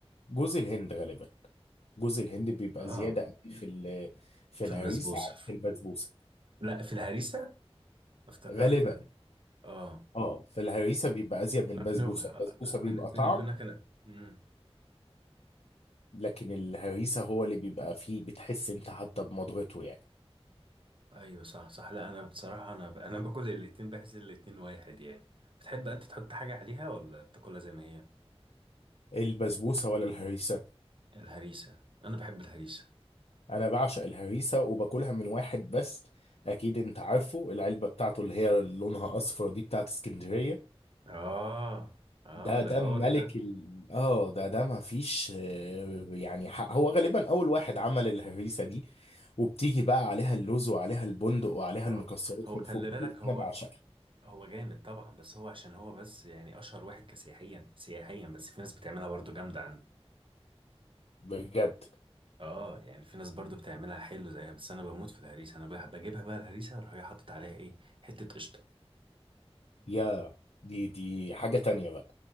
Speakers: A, on the left; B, on the right.
A: جوز الهند غالبا جوز الهند بيبقى
B: اه
A: زياده قوي في ال في
B: في
A: الهريسه
B: البسبوسه
A: عن البسبوسه
B: لا في الهريسه افتكرت
A: غالبا
B: اه
A: اه في الهريسه بيبقى ازيد من البسبوسه
B: بيني وبين-
A: البسبوسه بيبقى
B: بيني
A: طعم
B: وبينك انا امم
A: لكن الهريسه هو اللي بيبقى فيه بتحس انت حتى بمضغته يعني
B: ايوه صح صح لا انا بصراحه انا ب... انا باكل الاتنين بحس الاتنين واحد يعني بتحب انت تحط حاجه عليها ولا بتاكلها زي ما هي
A: البسبوسه ولا الهريسه
B: الهريسه انا بحب الهريسه
A: انا بعشق الهريسه وباكلها من واحد بس اكيد انت عارفه العلبه بتاعته اللي هي لونها اصفر دي بتاعت اسكندريه
B: اه اه
A: ده ده
B: ده
A: عارف
B: جاري
A: ملك
B: ده
A: ال... اه ده ده ما فيش آه، يعني حق. هو غالبا اول واحد عمل الهريسه دي وبتيجي بقى عليها اللوز وعليها البندق وعليها
B: اه
A: المكسرات
B: هو
A: من فوق
B: خلي بالك
A: دي
B: هو
A: انا بعشقها
B: هو جامد طبعا بس هو عشان هو بس يعني اشهر واحد كسياحيا سياحيا بس في ناس بتعملها برضو جامده عندي
A: بجد
B: اه يعني في ناس برضو بتعملها حلو زيها بس انا بموت في الهريسه انا بح- بجيبها بقى الهريسه واروح جاي حاطط عليها ايه حته قشطه
A: يا دي دي حاجه تانية بقى